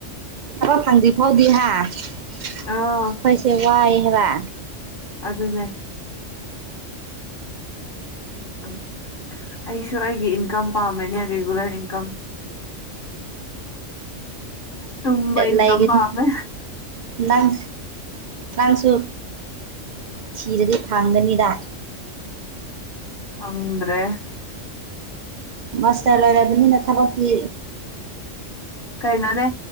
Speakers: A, on the right (about 65°); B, on the left (about 45°).
A: ꯊꯕꯛ ꯐꯪꯗ꯭ꯔꯤꯐꯥꯎꯗꯤ ꯍꯥ ꯑꯩꯈꯣꯏꯁꯦ
B: ꯑꯥ
A: ꯋꯥꯏ ꯍꯥꯏꯕ
B: ꯑꯗꯨꯅꯦ ꯎꯝ ꯑꯩꯁꯨ ꯑꯩꯒꯤ ꯏꯟꯀꯝ ꯄꯥꯝꯃꯦꯅꯦ ꯔꯤꯒꯨꯂꯔ ꯏꯟꯀꯝ ꯇꯨꯝꯕꯩ ꯏꯟꯀꯝ
A: ꯂꯩꯒꯅꯤ
B: ꯄꯥꯝꯃꯦ
A: ꯅꯪ ꯅꯪꯁꯨ ꯊꯤꯔꯗꯤ ꯐꯪꯒꯅꯤꯗ
B: ꯐꯪꯗ꯭ꯔꯦ
A: ꯃꯥꯁꯇꯔ ꯂꯣꯏꯔꯕꯅꯤꯅ ꯊꯕꯛꯀꯤ
B: ꯀꯩꯅꯣꯅꯦ